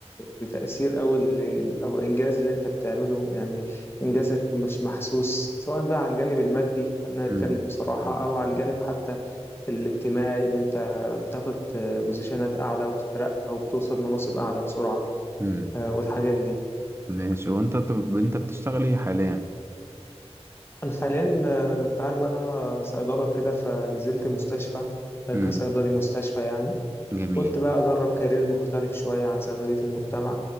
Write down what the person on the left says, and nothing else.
بتأثير او ال... او انجاز اللي انت بتعمله يعني انجازك مش محسوس سواء بقى على الجانب المادي خلينا نتكلم
بصراحة
او على الجانب
حتى الاجتماعي إن أنت بتاخد آه، بوزيشنات أعلى وبتترقى وبتوصل مناصب أعلى بسرعة
آه، والحاجات دي
أنا حاليا آه، أنت عارف بقى إن أنا صيدلة وكده فنزلت مستشفى آه،
كصيدلي مستشفى يعني
قلت بقى أجرب كارير مختلف شوية عن صيدلية المجتمع